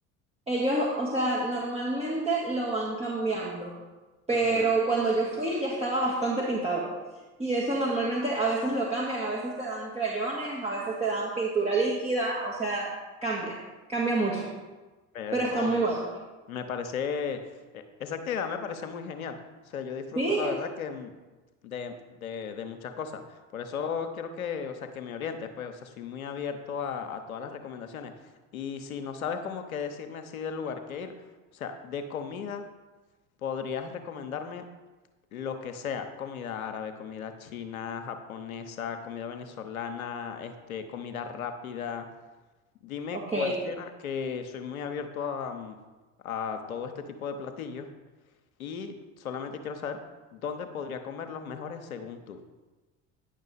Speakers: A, on the right (about 15°); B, on the left (about 80°).
A: Ellos, o sea, normalmente lo van cambiando, pero
B: Entiendo.
A: cuando yo fui ya estaba bastante pintado. Y eso normalmente a veces lo cambian, a veces te dan crayones, a veces te dan pintura líquida, o sea, cambia, cambia mucho.
B: Pero
A: pero está muy bueno.
B: me parece, e- esa actividad me parece muy genial. O sea, yo disfruto
A: Sí,
B: la verdad que mm, de, de, de muchas cosas. Por eso quiero que, o sea, que me orientes, pues, o sea, soy muy abierto a, a todas las recomendaciones. Y si no sabes como qué decirme así del lugar que ir, o sea, de comida. ¿Podrías recomendarme? Lo que sea, comida árabe, comida china, japonesa, comida venezolana, este, comida rápida. Dime
A: ok,
B: cualquiera que soy muy abierto a, mm, a todo este tipo de platillos y solamente quiero saber dónde podría comer los mejores según tú.